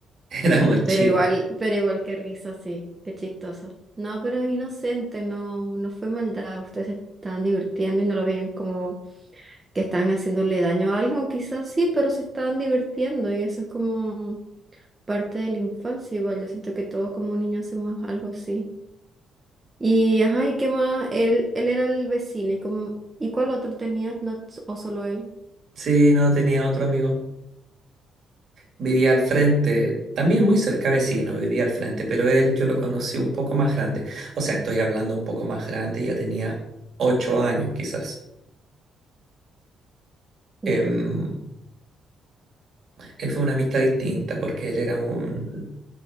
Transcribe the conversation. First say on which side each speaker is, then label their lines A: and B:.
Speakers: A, on the right; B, on the right.
A: <laughs> Éramos chicos.
B: Pero igual, pero igual qué risa, sí, qué chistoso. No, pero es inocente, no, no fue maldad. Ustedes se estaban divirtiendo y no lo veían como que estaban haciéndole daño a alguien, quizás sí, pero se estaban divirtiendo y eso es como parte de la infancia, igual yo siento que todos como niños hacemos algo así. Y ajá, ¿y qué más? Él, él era el vecino, ¿y, como, ¿y cuál otro tenías? No, s- ¿o solo él?
A: Sí, no, tenía otro amigo. Vivía al frente, también muy cerca vecino, vivía al frente, pero él yo lo conocí un poco más grande. O sea, estoy hablando un poco más grande, ya tenía ocho años quizás.
B: Ya,
A: Em, él fue una amistad distinta porque él era un,